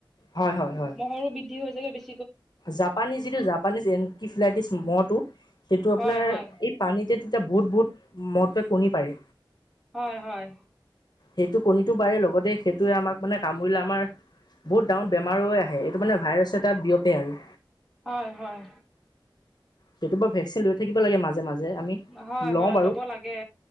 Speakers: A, on the left (about 55°); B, in the centre.
A: হয়- হয়- হয়।
B: মহৰো বৃদ্ধি হৈ যে <unintelligible>
A: জাপানী যিটো জাপানীজ এনকিফিলাইটিছ মহ'টো সেইটো আপোনাৰ
B: হয় হয়
A: এই পানীতে তেতিয়া বহুত বহুত মহে কণী পাৰি
B: হয় - হয়।
A: সেইটো কণীটো পাৰে লগতে সেইটোৱে আমাক মানে কামুৰিলে আমাৰ বহুত ডাঙৰ বেমাৰ হৈ আহে এইটো মানে ভাইৰাছে এটা বিয়পে আৰু।
B: হয় - হয়।
A: যটোপা ভেকচিন লৈ থাকিব লাগে মাজে - মাজে আমি
B: হয়
A: লও
B: হয়
A: বাৰু।
B: ল'ব লাগে